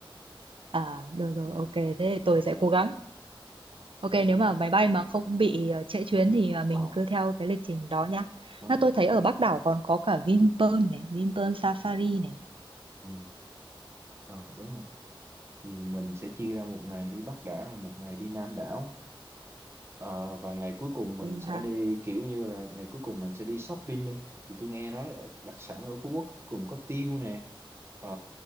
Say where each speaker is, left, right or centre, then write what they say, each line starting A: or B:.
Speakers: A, on the right; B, on the right.
A: À, rồi rồi,
B: ừ
A: ok. Thế thì tôi
B: à,
A: sẽ cố gắng.
B: à,
A: Ok,
B: ok
A: nếu mà máy bay mà không bị ờ, trễ chuyến thì ờ, mình
B: ờ
A: cứ theo cái lịch trình đó nhá.
B: đúng
A: À,
B: rồi
A: tôi thấy ở Bắc đảo còn có cả Vinpearl này, Vinpearl Safari này.
B: ừ à, đúng rồi thì mình sẽ chia ra một ngày đi Bắc đảo một ngày đi Nam đảo Ờ, và ngày cuối cùng mình
A: Thì
B: sẽ
A: ha.
B: đi kiểu như là ngày cuối cùng mình sẽ đi shopping đi thì tôi nghe nói ở- đặc sản ở Phú Quốc cũng có tiêu nè Ờ,